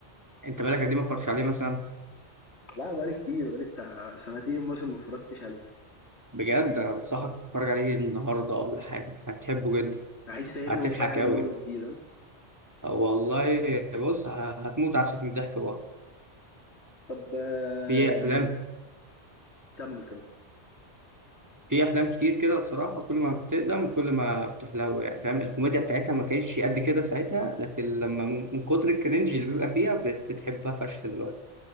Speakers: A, on the right (about 15°); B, on the left (about 70°).
A: انت بالك قد ايه ما اتفرجتش عليه مثلا
B: لأ بقى لي كتير، بقى لي بتاع سنتين مثلًا ما اتفرجتش عليه.
A: بجد أنصحك
B: إمم.
A: تتفرج عليه النهاردة ولا حاجة هتحبه جدا
B: عايش سايبني
A: هتضحك
B: باتفرج عليه
A: أوي
B: من اول وجديد ها
A: والله بص ه- هتموت عفسك من الضحك برضه
B: طب آه،
A: في
B: يعني
A: أفلام
B: كمل كمل
A: في أفلام كتير كده الصراحة كل ما بتقدم كل ما بتحلو يعني فاهم الكوميديا بتاعتها ما كانتش قد كده ساعتها لكن لما من من كتر الكرنج اللي بيبقى فيها بت- بتحبها فشخ دلوقتي